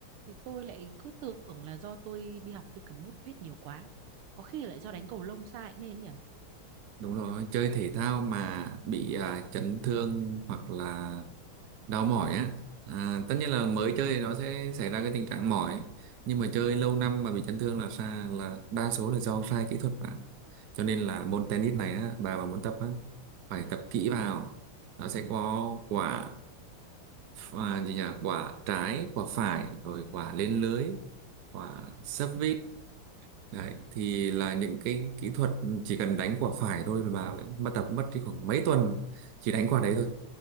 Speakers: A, on the right; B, on the right.
A: Thì tôi lại cứ tưởng là do tôi đi học tôi cầm bút viết nhiều quá. Có khi lại do đánh cầu lông sai cũng nên nhỉ.
B: đúng rồi chơi thể thao mà bị à, chấn thương hoặc là đau mỏi á à, tất nhiên là mới chơi thì nó sẽ xảy ra cái tình trạng mỏi nhưng mà chơi lâu năm mà bị chấn thương là xa là đa số là do sai kỹ thuật bạn cho nên là môn tennis này á bà mà muốn tập á phải tập kỹ vào nó sẽ có quả à, gì nhỉ quả trái quả phải rồi quả lên lưới quả sấp vít Đấy, thì là những cái kỹ thuật chỉ cần đánh quả phải thôi là bà bà tập mất đi khoảng mấy tuần chỉ đánh quả đấy thôi